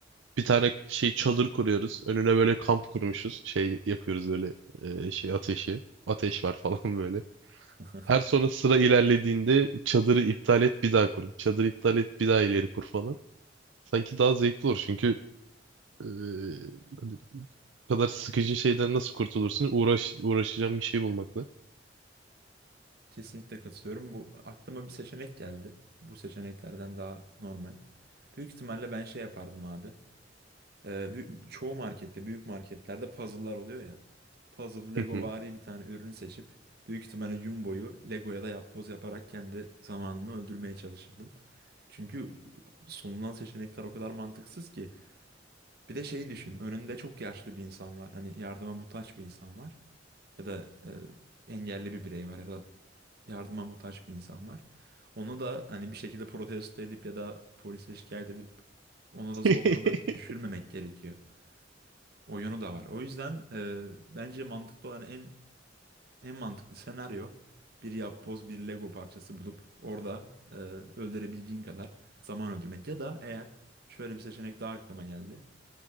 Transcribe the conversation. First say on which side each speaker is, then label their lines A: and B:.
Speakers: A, on the right; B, on the right.
A: Bir tane şey çadır kuruyoruz. Önüne böyle kamp kurmuşuz. Şey yapıyoruz böyle e, şey ateşi. Ateş var <laughs> falan böyle.
B: <laughs>
A: Her sonra sıra ilerlediğinde çadırı iptal et bir daha kur. Çadırı iptal et bir daha ileri kur falan. Sanki daha zevkli olur çünkü eee, hani bu kadar sıkıcı şeyden nasıl kurtulursun? Uğraş, uğraşacağım bir şey bulmakla.
B: Kesinlikle katılıyorum. Bu aklıma bir seçenek geldi. Bu seçeneklerden daha normal. Büyük ihtimalle ben şey yapardım abi. Ee, büyük- çoğu markette, büyük marketlerde puzzle'lar oluyor ya. Puzzle Legovari
A: Hı hı.
B: bir tane ürünü seçip büyük ihtimalle Jumbo'yu Lego'ya da yapboz yaparak kendi zamanımı öldürmeye çalışırdım. Çünkü sunulan seçenekler o kadar mantıksız ki. Bir de şeyi düşün. Önünde çok yaşlı bir insan var. Hani yardıma muhtaç bir insan var. ya da e, engelli bir birey var ya da yardıma muhtaç bir insan var. Onu da hani bir şekilde protesto edip ya da polise şikayet edip onu da zor
A: <laughs>
B: durumda düşürmemek gerekiyor. O yönü de var. O yüzden e, bence mantıklı olan en en mantıklı senaryo bir yapboz bir Lego parçası bulup orada e, öldürebildiğin kadar zaman öldürmek. Ya da eğer şöyle bir seçenek daha aklıma geldi.